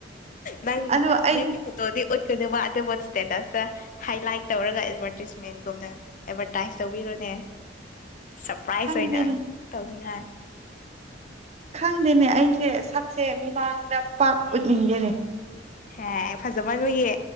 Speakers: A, on the left (about 45°); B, on the right (about 35°).
A: ꯅꯪ
B: ꯑꯗꯣ ꯑꯩꯗꯤ
A: ꯅꯪ ꯐ ꯣꯗꯤ ꯎꯠꯀꯕ ꯑꯗꯨꯕꯨ ꯏꯁꯇꯦꯇꯁꯇ ꯍꯥꯏ ꯂꯥꯏꯠ ꯇꯧꯔꯒ ꯑꯦꯗꯚꯔꯇꯤꯁꯃꯦꯟꯒꯨꯝꯅ ꯑꯦꯚꯔꯇꯥꯏꯁ ꯇꯧꯕꯤꯔꯣꯅꯦ ꯁꯔꯄ꯭ꯔꯥꯏꯁ
B: ꯈꯪꯗꯦꯅꯦ
A: ꯑꯣꯏꯅ ꯇꯧꯅꯤꯡꯉꯥꯏ
B: ꯈꯪꯗꯦꯅꯦ ꯑꯩꯁꯦ ꯁꯛꯁꯦ ꯃꯤꯃꯥꯡꯗ ꯄꯥꯛ ꯎꯠꯅꯤꯡꯗꯦꯅꯦ
A: ꯍꯦ ꯐꯖꯕꯒꯤ